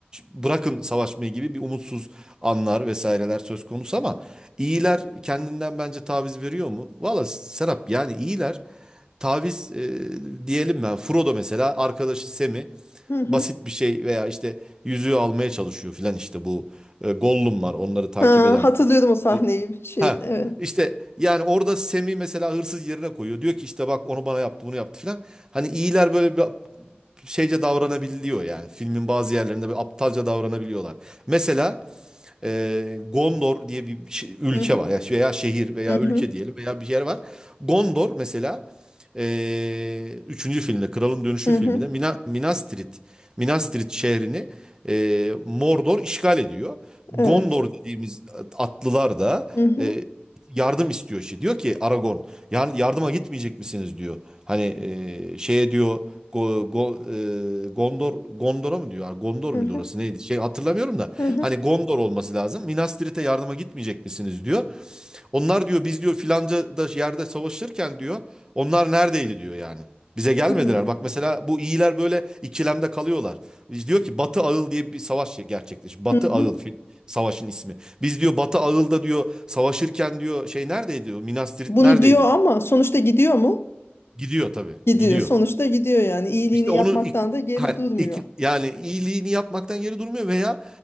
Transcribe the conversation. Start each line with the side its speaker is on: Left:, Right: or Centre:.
Right: bırakın savaşmayı gibi bir umutsuz anlar vesaireler söz konusu ama İyiler kendinden bence taviz veriyor mu? Valla Serap yani iyiler taviz e, diyelim ben. Frodo mesela arkadaşı Sam'i
Left: Hı
Right: basit
Left: hı.
Right: bir şey veya işte yüzüğü almaya çalışıyor filan işte bu e, Gollum var onları takip
Left: Ha,
Right: eden
Left: hatırlıyorum o sahneyi.
Right: bu.
Left: Şey,
Right: Ha
Left: evet.
Right: işte yani orada Sam'i mesela hırsız yerine koyuyor. Diyor ki işte bak onu bana yaptı bunu yaptı filan. Hani iyiler böyle bir şeyce davranabiliyor yani filmin bazı yerlerinde böyle aptalca davranabiliyorlar. Mesela e, Gondor diye bir şey- ülke
Left: Hı hı.
Right: var. Yani veya şehir veya
Left: Hı
Right: ülke
Left: hı.
Right: diyelim veya bir yer var. Gondor mesela e, üçüncü filmde Kralın Dönüşü
Left: Hı
Right: filminde
Left: hı.
Right: Mina- Minas Tirith Minas Tirith şehrini e, Mordor işgal ediyor. Gondor
Left: Evet.
Right: dediğimiz atlılar da
Left: Hı hı.
Right: e, yardım istiyor şey. Diyor ki Aragon "Ya- yardıma gitmeyecek misiniz diyor. Hani e, şeye diyor Go, Go- e, Gondor Gondor'a mı diyor? Gondor
Left: Hı
Right: muydu
Left: hı.
Right: orası neydi? Şey hatırlamıyorum da.
Left: Hı hı.
Right: Hani Gondor olması lazım. Minas Tirith'e yardıma gitmeyecek misiniz diyor. Onlar diyor biz diyor filanca da yerde savaşırken diyor onlar neredeydi diyor yani. Bize gelmediler.
Left: Hmm.
Right: Bak mesela bu iyiler böyle ikilemde kalıyorlar. Biz diyor ki Batı Ağıl diye bir savaş gerçekleşti. Batı
Left: Hı hı.
Right: Ağıl fil- savaşın ismi. Biz diyor Batı Ağıl'da diyor savaşırken diyor şey neredeydi diyor Minas Tirith
Left: Bunu
Right: neredeydi
Left: diyor
Right: diyor.
Left: ama sonuçta gidiyor mu?
Right: Gidiyor tabii
Left: Gidiyor.
Right: gidiyor.
Left: Sonuçta gidiyor yani. İyiliğini
Right: İşte
Left: yapmaktan
Right: onu ik-
Left: da geri
Right: ha,
Left: durmuyor.
Right: ik- yani iyiliğini yapmaktan geri durmuyor veya